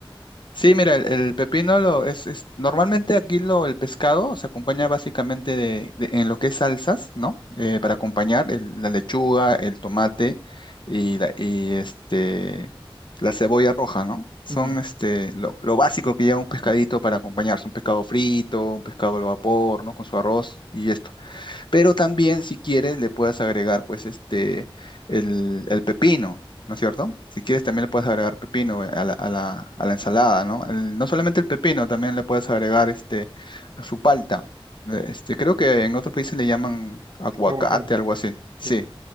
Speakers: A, on the left (about 55°); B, on the right (about 55°).
A: Sí, mira, el, el pepino lo es, es- normalmente aquí lo el pescado se acompaña básicamente de, de- en lo que es salsas, ¿no? Eh, para acompañar el- la lechuga, el tomate y la, y este la cebolla roja, ¿no? Son
B: Ujú.
A: este lo, lo básico que lleva un pescadito para acompañarse, un pescado frito, un pescado al vapor, ¿no? Con su arroz y es pero también, si quieres, le puedes agregar, pues, este, el, el pepino, ¿no es cierto? Si quieres, también le puedes agregar pepino eh, a la, a la, a la ensalada, ¿no? El- no solamente el pepino, también le puedes agregar, este, su palta. Eh, Este, creo que en otros países le llaman aguacate,
B: Aguacate,
A: algo así. Sí,
B: sí.